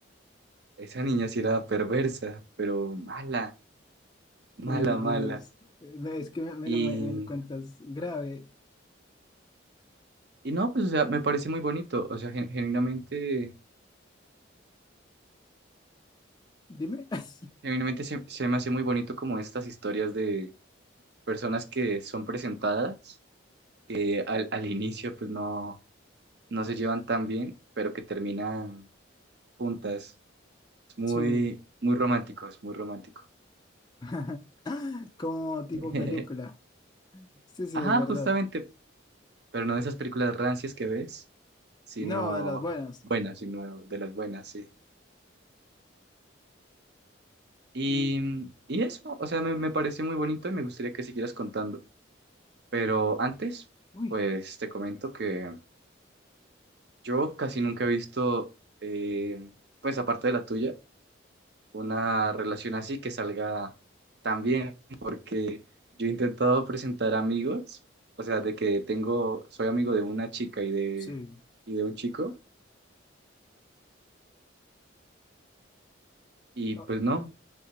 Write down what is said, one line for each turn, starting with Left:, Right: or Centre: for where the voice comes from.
Right: esa niña sí era perversa, pero mala,
Left: Uy,
Right: mala,
Left: Dios.
Right: mala.
Left: Eh, Es que me, me
Right: Y,
Left: lo, me lo cuentas grave.
Right: y no, pues, o sea, me parece muy bonito, o sea, gen- genuinamente,
Left: Dime. <laughs>
Right: genuinamente se, se me hace muy bonito como estas historias de personas que son presentadas, que al, al inicio pues no, no se llevan tan bien, pero que terminan juntas. Es muy,
Left: Sí.
Right: muy romántico, es muy romántico.
Left: <laughs> Como tipo
Right: <laughs>
Left: película. Sí, sí,
Right: Ajá,
Left: es verdad.
Right: justamente, Pero no de esas películas rancias que ves, sino
Left: No, de las buenas.
Right: buenas, sino de las buenas, sí. Y,
Left: Mm,
Right: mm, y eso, o sea, me, me pareció muy bonito y me gustaría que siguieras contando. Pero antes,
Left: Uy,
Right: pues te comento que yo casi nunca he visto, eh, pues aparte de la tuya, una relación así que salga tan bien, porque yo he intentado presentar amigos, o sea, de que tengo, soy amigo de una chica y de,
Left: sí.
Right: y de un chico, y
Left: Oh,
Right: pues no.